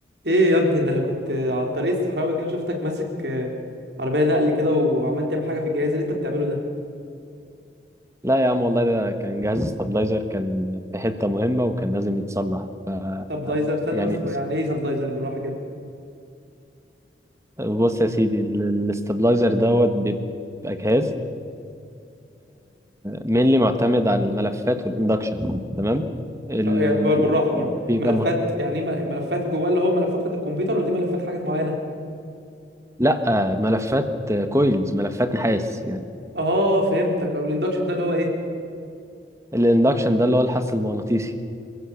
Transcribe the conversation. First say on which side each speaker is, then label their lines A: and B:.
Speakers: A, on the right; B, on the right.
A: ايه يا ابني ده انا كنت على الطريق الصحراوي كده وشفتك ماسك آه، عربيه نقل كده وعمال تعمل حاجه في الجهاز اللي انت بتعمله ده
B: لا يا عم والله ده كان جهاز استابلايزر كان في حتة مهمة وكان لازم يتصلح ف
A: سبلايزر استنى
B: يعني
A: بس يعني
B: اس-
A: ايه سبلايزر بالراحه كده
B: بص يا سيدي ال- الاستابلايزر دوت بيبقى جهاز مينلي معتمد على الملفات والاندكشن تمام ال...
A: ط- يا ب- بالراحه بالراحه
B: ال- بيبقى
A: ملفات
B: مه...
A: يعني ايه م- ملفات جواه اللي هو ملفات بتاعت الكمبيوتر ولا دي ملفات حاجات معينه
B: لا آه، ملفات كويلز ملفات نحاس يعني
A: اه فهمتك او الاندكشن ده اللي هو ايه
B: الاندكشن ده اللي هو الحث المغناطيسي